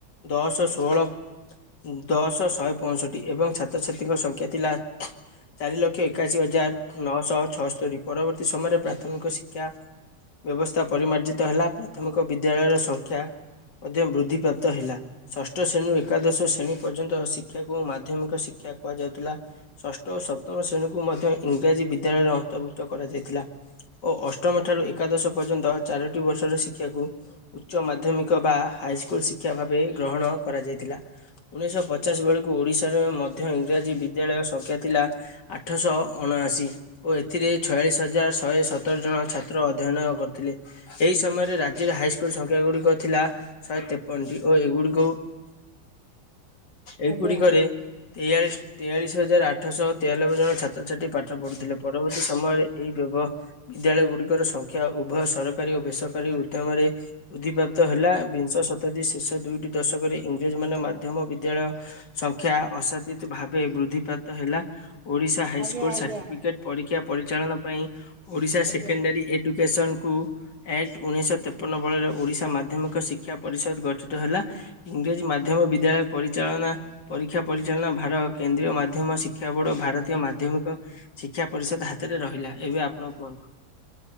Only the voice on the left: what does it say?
ଦଶ, ଷୋହଳ ଦଶ ଶହେ ପଅଷଠି ଏବଂ ଛାତ୍ରଛାତ୍ରୀଙ୍କ ସଂଖ୍ୟା ଥିଲା ଚାର ଲକ୍ଷ ଏକାଅଶୀ ହଜାର ନଅଶହ ଛଅସ୍ତରୀ ପରବର୍ତ୍ତୀ ସମୟରେ ପ୍ରାଥମିକ ଶିକ୍ଷା ବ୍ୟବସ୍ଥା ପରିମାର୍ଜିତ ହେଲା ପ୍ରାଥମିକ ବିଦ୍ୟାଳୟର ସଂଖ୍ୟା ମଧ୍ୟ ବୃଦ୍ଧିପାପ୍ତ ହେଲା। ଷଷ୍ଠ ଶ୍ରେଣୀରୁ ଏକାଦଶ ଶ୍ରେଣୀ ପର୍ଯ୍ୟନ୍ତ ଶି ଶିକ୍ଷାକୁ ମାଧ୍ୟମିକ ଶିକ୍ଷା କୁହାଯାଉଥିଲା। ଷଷ୍ଠ ଓ ସପ୍ତମ ଶ୍ରେଣୀକୁ ମଧ୍ୟ ଇଂରାଜୀ ବିଦ୍ୟାଳୟରେ ଅନ୍ତର୍ଭୁକ୍ତ କରାଯାଇଥିଲା। ଓ ଅଷ୍ଟମ ଠାରୁ ଏକାଦଶ ପର୍ଯ୍ୟନ୍ତ ଚାରୋଟି ବର୍ଷର ଶିକ୍ଷାକୁ ଉଚ୍ଚ ମାଧ୍ୟମିକ ବା ହାଇସ୍କୁଲ ଶିକ୍ଷା ଭାବେ ଗ୍ରହଣ କରାଯାଇଥିଲା। ଉଣେଇଶହ ପଚାଶ ବେଳକୁ ଓଡିଶାରେ ମଧ୍ୟ ଇଂରାଜୀ ବିଦ୍ୟାଳୟ ସଂଖ୍ୟା ଥିଲା ଆଠଶହ ଅଣାଅଶୀ। ଓ ଏଥିରେ ଛୟାଳିଶ ହଜାର ଶହେ ସତର ଜଣ ଛାତ୍ର ଅଧ୍ୟୟନ କରିଥିଲେ। ଏହି ସମୟରେ ରାଜ୍ୟର ହାଇସ୍କୁଲ ସଂଖ୍ୟା ଗୁଡିକ ଥିଲା ଶହେ ତେପନଟି ଓ ଏଗୁଡିକୁ ଏଇଗୁଡିକରେ
ତେୟାଳିଶ ତେୟାଳିଶ ହଜାର ଆଠଶହ ତେୟାନବେ ଜଣ ଛାତ୍ରଛାତ୍ରୀ ପାଠ ପଢ଼ୁଥିଲେ ପରବର୍ତ୍ତୀ ସମୟରେ ଏହି ବ୍ୟବ ବିଦ୍ୟାଳୟ ଗୁଡିକର ସଂଖ୍ୟା ଉଭୟ ସରକାରୀ ଓ ବେସରକାରୀ ଉଦ୍ୟମରେ ବୁଦ୍ଧିପାପ୍ତ ହେଲା ବିଂଶ ଶତାବ୍ଦୀ ଶେଷ ଦୁଇଟି ଦଶକରେ ଇଂରେଜୀ ମାନେ ମାଧ୍ୟମ ବିଦ୍ୟାଳୟ ସଂଖ୍ୟା ଅସାତିିତ ଭାବେ ବୃଦ୍ଧିପାପ୍ତ ହେଲା ଓଡ଼ିଶା ହାଇସ୍କୁଲ
ସାର୍ଟିଫିକେଟ୍ ପରୀକ୍ଷା ପରିଚାଳନା ପାଇଁ ଓଡ଼ିଶା
ସେକେଣ୍ଡାରୀ ଏଡ଼ୁକେସନ୍କୁ ଆକ୍ଟ ଉଣେଇଶହ ତେପନ ବେଳରେ ଓଡ଼ିଶା ମାଧ୍ୟମିକ ଶିକ୍ଷା ପରିଷଦ ଗଠିତ ହେଲା। ଇଂରାଜୀ ମାଧ୍ୟମ ବିଦ୍ୟାଳୟ ପରିଚାଳନା ପରୀକ୍ଷା ପରିଚାଳନା ଭାର କେନ୍ଦ୍ରୀୟ ମାଧ୍ୟମ ଶିକ୍ଷା ବୋର୍ଡ ଭାରତୀୟ ମାଧ୍ୟମିକ ଶିକ୍ଷା ପରିଷଦ ହାତରେ ରହିଲା ଏବେ ଆପଣ କୁହନ୍ତୁ?